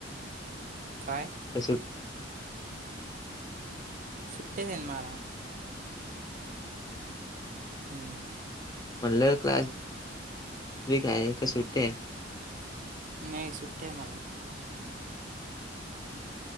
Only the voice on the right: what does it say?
काय?
सुट्ट्याच्ये ना मला. हम्म.
नाही सुट्ट्या ए मला.